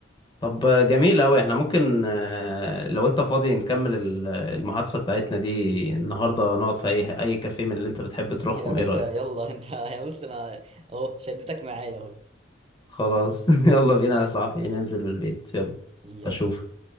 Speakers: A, on the left; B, on the right.
A: طب آه، جميل أوي احنا ممكن آه، لو أنت فاضي نكمل ال- المحادثة بتاعتنا دي النهاردة نقعد في أي أي كافيه من اللي أنت بتحب تروحهم
B: يا باشا
A: إيه رأيك؟
B: يلا انت <laughs> يا بص انا اهو شدتك معايا اهو
A: خلاص <laughs> يلا بينا يا صاحبي ننزل من البيت يلا
B: يلا
A: اشوف